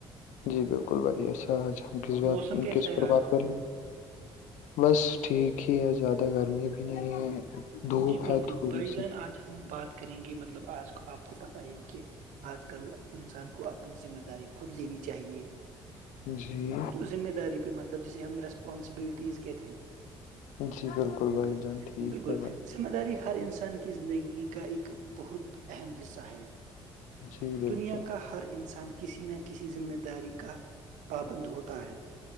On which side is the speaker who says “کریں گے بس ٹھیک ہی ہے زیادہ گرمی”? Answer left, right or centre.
Left